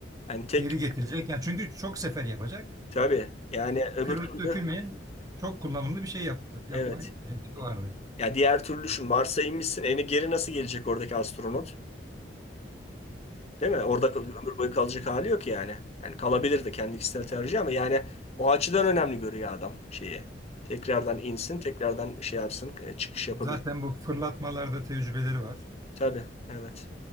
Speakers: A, on the left; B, on the right.
A: Yani tek
B: Geri getirecek. Yani çünkü çok sefer yapacak.
A: tabii yani öbür
B: kırılıp
A: türlü
B: Yani dökülmeyen çok kullanımlı bir şey yaptı, yapma
A: evet.
B: hedefi vardı.
A: Ya diğer türlü düşün Mars'a inmişsin eni geri nasıl gelecek oradaki astronot? Değil mi? Orada kal- ömür boyu kalacak hali yok yani. Yani kalabilirdi kendi kişisel tercih ama yani o açıdan önemli görüyor adam şeyi. Tekrardan insin, tekrardan şey yapsın, e, çıkış yapabilir.
B: Zaten bu fırlatmalarda tecrübeleri var.
A: Tabii, evet.